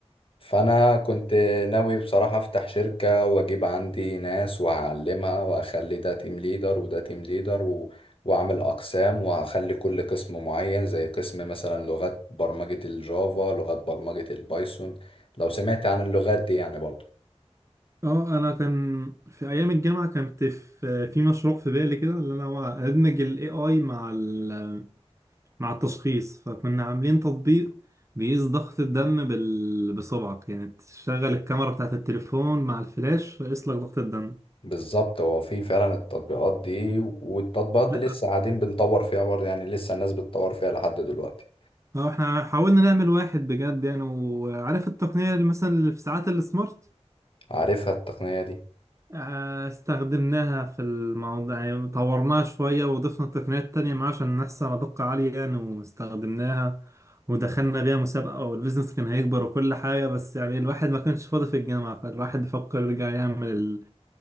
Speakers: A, on the left (about 55°); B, on the right (about 25°).
A: فانا كنت ناوي بصراحة افتح شركة واجيب عندي ناس وهعلمها واخلي ده تيم ليدر وده تيم ليدر و... واعمل اقسام وهخلي كل قسم معين زي قسم مثلا لغات برمجة الجافا لغات برمجة البايثون لو سمعت عن اللغات دي يعني برضو
B: اه انا كان في ايام الجامعه كانت في في مشروع في بالي كده اللي انا هو ادمج الاي اي مع ال مع التشخيص فكنا عاملين تطبيق بيقيس ضغط الدم بال... بصبعك يعني تشغل الكاميرا بتاعت التليفون مع الفلاش فيقيس لك ضغط الدم
A: بالظبط هو في فعلا التطبيقات دي والتطبيقات
B: لا
A: دي لسه قاعدين بنطور فيها برضه يعني لسه الناس بتطور فيها لحد دلوقتي
B: هو احنا حاولنا نعمل واحد بجد يعني وعارف التقنية اللي مثلا اللي في ساعات السمارت
A: عارفها التقنية دي
B: آه، استخدمناها في الموضوع يعني طورناها شوية وضفنا تقنيات تانية معاه عشان نحصل على دقة عالية يعني واستخدمناها ودخلنا بيها مسابقة والبيزنس كان هيكبر وكل حاجة بس يعني الواحد ما كانش فاضي في الجامعة فالواحد بيفكر يرجع يعمل